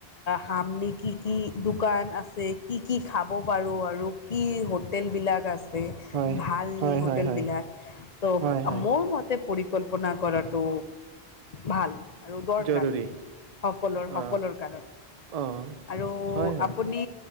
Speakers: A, on the left; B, on the right.
A: সামনে কি কি দোকান আছে, কি কি খাব পাৰো আৰু কি হোটেল বিলাক আছে,
B: হয়
A: ভাল
B: হয়
A: নি
B: হয়
A: হোটেল
B: হয় হয়
A: বিলাক। ত'
B: হয় হয়
A: মোৰ মত তে পৰিকল্পনা কৰাটো ভাল। আৰু দৰকাৰ।
B: জৰুৰী
A: সকলৰ সকলৰ
B: অ
A: কাৰণে।
B: অ
A: আৰু
B: হয় হয়
A: আপুনি